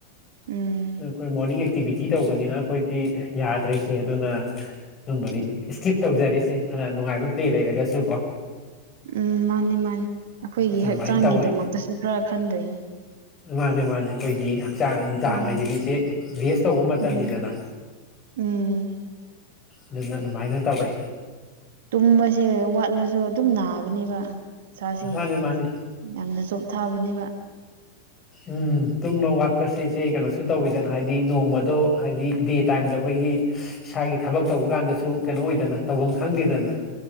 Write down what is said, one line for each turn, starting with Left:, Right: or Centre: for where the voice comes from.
Right: ꯎꯝ
Left: ꯑꯩꯈꯣꯏ ꯃꯣꯔꯅꯤꯡ ꯑꯦꯛꯇꯤ ꯇꯧꯕꯅꯤꯅ ꯑꯩꯈꯣꯏꯗꯤ ꯌꯥꯗ꯭ꯔꯤꯁꯦ ꯑꯗꯨꯅ ꯑꯗꯨꯝꯕꯗꯤ ꯏꯁꯀꯤꯞ ꯇꯧꯖꯔꯤꯁꯦ ꯐꯅ ꯅꯨꯡꯉꯥꯏꯕ ꯄ꯭ꯂꯦ ꯂꯩꯔꯒꯁꯨ ꯀꯣ
Right: ꯎꯝ ꯃꯥꯅꯤ ꯃꯥꯅꯤ ꯑꯩꯈꯣꯏꯒꯤ
Left: ꯑꯗꯨꯃꯥꯏꯅ
Right: ꯍꯛꯆꯥꯡꯒꯤꯗꯃꯛꯇꯁꯨ
Left: ꯇꯧꯋꯦ
Right: ꯈꯔ ꯈꯟꯗꯣꯏꯅꯦ
Left: ꯃꯥꯅꯦ ꯃꯥꯅꯦ ꯑꯩꯈꯣꯏꯒꯤ ꯍꯛꯆꯥꯡ ꯅꯨꯡꯗꯥꯡ
Right: ꯎꯝ
Left: ꯍꯥꯏꯁꯤꯗꯤ ꯏꯁꯦ ꯔꯦꯁ ꯇꯧꯕ ꯃꯇꯝꯅꯤꯗꯅ
Right: ꯎꯝ ꯎꯝ
Left: ꯑꯗꯨꯅ ꯑꯗꯨꯃꯥꯏꯅ ꯇꯧꯋꯦ
Right: ꯇꯨꯝꯕꯁꯦ ꯋꯥꯠꯂꯁꯨ ꯑꯗꯨꯝ ꯅꯥꯕꯅꯦꯕ ꯁꯥꯁꯦ
Left: ꯃꯥꯅꯦ ꯃꯥꯅꯦ
Right: ꯌꯥꯝꯅ ꯆꯣꯞ ꯊꯥꯕꯅꯦꯕ
Left: ꯎꯝ ꯇꯨꯝꯕ ꯋꯥꯠꯄꯁꯁꯦ ꯀꯩꯅꯣꯁꯨ ꯇꯧꯋꯤꯗꯅ ꯍꯥꯏꯗꯤ ꯅꯣꯡꯃꯗꯣ ꯍꯥꯏꯗꯤ ꯗꯦꯠ ꯇꯥꯏꯝꯗ ꯑꯩꯈꯣꯏꯒꯤ ꯏꯁꯥꯒꯤ ꯊꯕꯛ ꯇꯧꯕ ꯀꯥꯟꯗꯁꯨ ꯀꯩꯅꯣ ꯑꯣꯏꯗꯅ ꯇꯧꯐꯝ ꯈꯪꯗꯦꯗꯅ